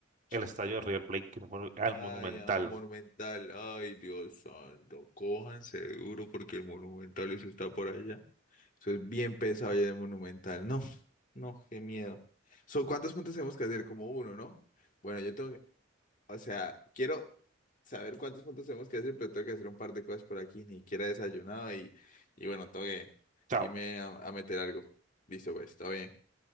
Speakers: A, on the left (about 40°); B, on the right (about 40°).
A: pucha.
B: el estadio de River Plate, que no me acuerdo, al
A: Ay,
B: Monumental.
A: a ver, Monumental. Ay, Dios santo. Cójanse duro porque el Monumental eso está por allá. Eso es bien pesado ya de Monumental. No, no, qué miedo. So, ¿cuántos puntos tenemos que hacer? Como uno, ¿no? Bueno, yo tengo, O sea, quiero saber cuántos puntos tenemos que hacer, pero tengo que hacer un par de cosas por aquí. Ni siquiera he desayunado y, y bueno, tengo que
B: Chao.
A: irme a, a meter algo. Listo, pues, todo bien.